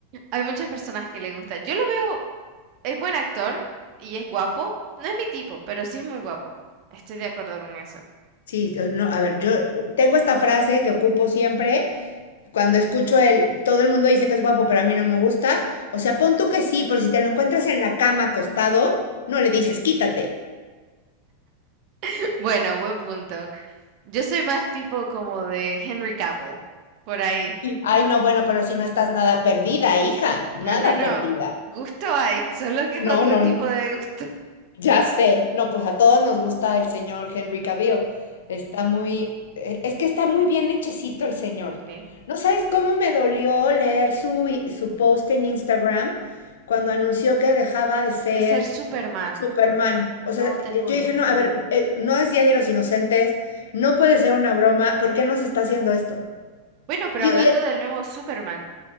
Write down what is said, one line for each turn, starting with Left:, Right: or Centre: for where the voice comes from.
Right: Hay muchas personas que le gusta. Yo lo veo, es buen actor y es guapo. No es mi tipo, pero sí es muy guapo. Estoy de acuerdo con eso.
Left: Sí, no, a ver, yo tengo esta frase que ocupo siempre. Cuando escucho el, todo el mundo dice que es guapo, pero a mí no me gusta. O sea, pon tú que sí, pero si te lo encuentras en la cama acostado, no le dices quítate.
Right: <laughs> Bueno, buen punto. Yo soy más tipo como de Henry Cavill, por ahí.
Left: Ay, no, bueno, pero si no estás nada perdida, hija, nada
Right: No, no, no.
Left: perdida.
Right: Gusto hay, solo que es
Left: No,
Right: otro
Left: no,
Right: tipo
Left: no.
Right: de gusto.
Left: Ya sé, no, pues a todos nos gusta el señor Henry Cavill. Está muy, eh, es que está muy bien hechecito el señor.
Right: Sí.
Left: No sabes cómo me dolió leer su, i- su post en Instagram cuando anunció que dejaba de ser
Right: De ser Superman,
Left: Superman. O
Right: no
Left: sea,
Right: te
Left: eh,
Right: juro.
Left: yo dije, no, a ver, eh, no es Día de los Inocentes, no puede ser una broma, ¿por qué nos está haciendo esto?
Right: Bueno, pero
Left: Y digo,
Right: hablando
Left: y,
Right: del nuevo Superman,